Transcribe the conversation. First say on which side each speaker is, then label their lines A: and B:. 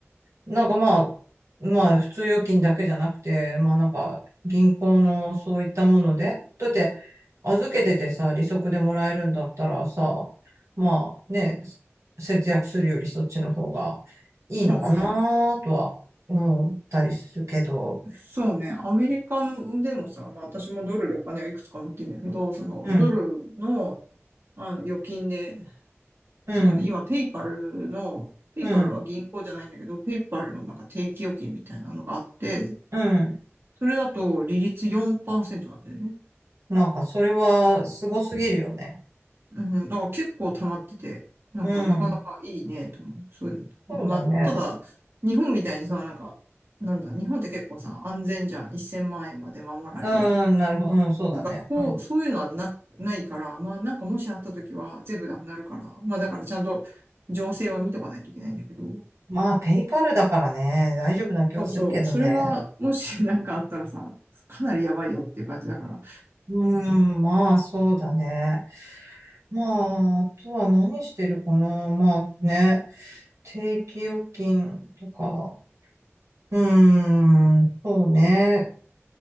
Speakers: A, on the right; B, on the right.
A: なんかまあ、まあ、普通預金だけじゃなくて、まあなんか、銀行のそういったもので、だって、預けててさ、利息でもらえるんだったらさ、まあね、節約するよりそっちの方がいいのかなとは思ったりするけど、
B: そうね。そうね。アメリカでもさ、まあ私もドルでお金はいくつか持ってんだけど、そのドルの、
A: うん、
B: あの預金で、
A: うん、
B: そうね、今ペイパルの、ペイパルは銀行じゃないんだけど、
A: うん、
B: ペイパルのなんか定期預金みたいなのがあって、
A: うん。
B: それだと利率4%なんだよね。
A: なんかそれはすごすぎるよね。
B: うん、だから結構溜まってて、なんかなかなかいいねと思う。
A: うん、
B: そういうのとかね。
A: そうだね。
B: まあ、ただ、日本みたいにそのなんか、なんだ、日本って結構さ、安全じゃん。1000万円まで守られるとか。
A: うん、なるほど、うん、そうだね。
B: だからそこ、
A: うん。
B: そういうのはな、ないから、まあなんかもしあった時は全部なくなるから、まあだからちゃんと情勢は見とかないといけないんだけど。
A: まあ、ペイパルだからね、大丈夫な気はするけどね。
B: そうそう。それが、もし <laughs> なんかあったらさ、かなりやばいよっていう感じだから。
A: うーん、まあ、そうだね。まあ、あとは何してるかな。まあね、定期預金とか、うーん、そうね。